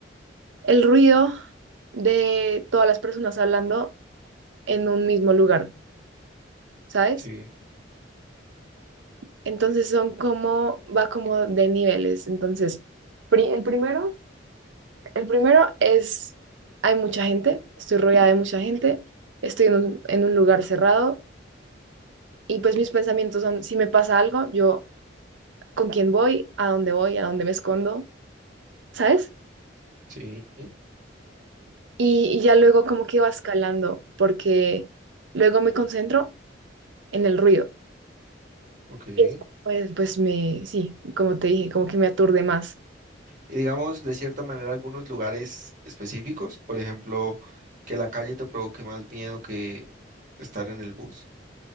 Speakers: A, on the right; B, on the right.
A: el ruido de todas las personas hablando en un mismo lugar, ¿sabes?
B: sí,
A: Entonces son como, va como de niveles. Entonces, pri- el primero, el primero es, hay mucha gente, estoy rodeada de mucha gente, estoy en un, en un lugar cerrado y pues mis pensamientos son, si me pasa algo, yo con quién voy, a dónde voy, a dónde me escondo, ¿sabes?
B: sí,
A: Y, y ya luego como que va escalando porque luego me concentro en el ruido.
B: ok.
A: Y eso, Pues, pues me, sí, como te dije, como que me aturde más.
B: Y digamos, de cierta manera, algunos lugares específicos, por ejemplo, que la calle te provoque más miedo que estar en el bus,